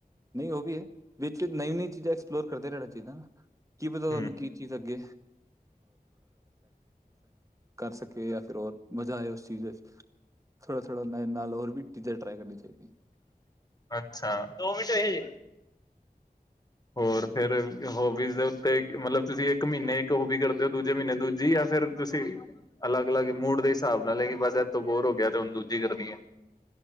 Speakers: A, on the right; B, on the left.
A: ਨਹੀਂ ਉਹ ਵੀ ਹੈ । ਵਿੱਚ ਨਵੀਂ ਨਵੀ ਚੀਜ਼ਾਂ ਐਕਸਪਲੋਰ ਕਰਦੇ ਰਹਿਣਾ ਚਾਹੀਦਾ ਨਾ । ਕੀ ਪਤਾ ਤੁਹਾਨੂੰ
B: ਹਮ
A: ਕੀ ਚੀਜ਼ ਅੱਗੇ? <inaudible> ਚੀਜ਼ ਥੋੜ੍ਹਾ-ਥੋੜ੍ਹਾ ਨਾਲ ਨਾਲ ਹੋਰ ਵੀ ਚੀਜ਼ਾਂ ਟਰਾਈ ਕਰਨੀਆਂ ਚਾਹੀਦੀਆਂ ।
B: ਅੱਛਾ। ਦੋ ਮਿੰਟ ਹੈ ਹਜੇ। ਹੋਰ ਫਿਰ ਹੋਬੀਜ਼ ਦੇ ਉੱਤੇ । ਮਤਲਬ ਤੁਸੀਂ ਇੱਕ ਮਹੀਨੇ ਇੱਕ ਹੋਬੀ ਕਰਦੇ ਹੋ । ਦੂਜੇ ਮਹੀਨੇ ਦੂਜੀ ਜਾਂ ਫਿਰ । ਤੁਸੀਂ ਅਲੱਗ-ਅਲੱਗ ਮੂਡ ਦੇ ਹਿਸਾਬ ਨਾਲ ਹੈ ਕਿ ਬਸ ਇਹ ਤੋਂ ਬੋਰ ਹੋ ਗਿਆ ਤੇ ਹੁਣ ਦੂਜੀ ਕਰਨੀ ਹੈ।